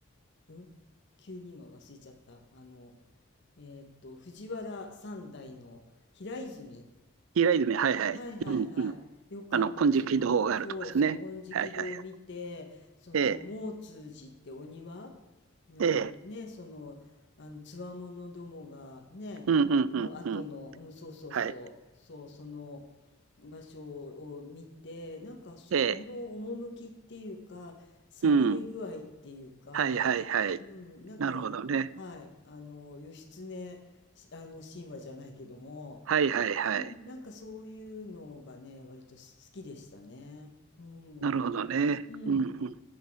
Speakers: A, on the left (about 60°); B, on the right (about 80°).
A: うん急に今忘れちゃった。あの、えーっと、藤原三代の平泉
B: イライドメ、はいはい。
A: はいはいはい。
B: うん、うん。
A: よかったですね。
B: あの、金色堂があるとかですね。
A: そうそう、金色堂を見て、
B: はいはいはい。
A: その、
B: ええ、
A: 毛通寺ってお庭のね、
B: ええ、
A: その、あの、つわものどもがね、
B: うんうんうんうん。
A: の後の、うん、そうそうそう、
B: はい。
A: そう、その場所を見て、なんかそ、
B: ええ、
A: あの趣っていうか、寂れ具合っていうか、
B: うん。はいはいはい。
A: うん、なんか、
B: なるほどね。
A: はい、あの、義経、あの、神話じゃないけども、
B: はいはいはい。
A: うん、なんかそういうのがね、割と好きでしたね。うん。
B: なるほどね。
A: うん。
B: うん、うん、うん、うん。